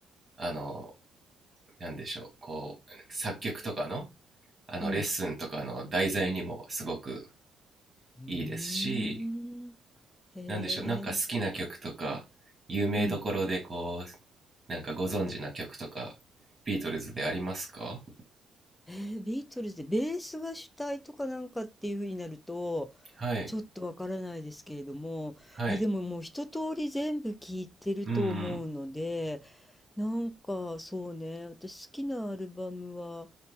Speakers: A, on the right; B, on the left.
A: あの、なんでしょう、こう、作曲とかの、あの、
B: うん。
A: レッスンとかの題材にもすごく
B: うーん。
A: いいですし、
B: へえ。
A: なんでしょう、なんか好きな曲とか、有名どころでこう、
B: うん。
A: なんかご存知な曲とか、ビートルズでありますか
B: えービートルズで、ベースが主体とかなんかっていう風になると、
A: はい、
B: ちょっとわからないですけれども、
A: はい、
B: いやでももう一通り全部聞いてると思うので、
A: うん、
B: なんかそうね、私好きなアルバムは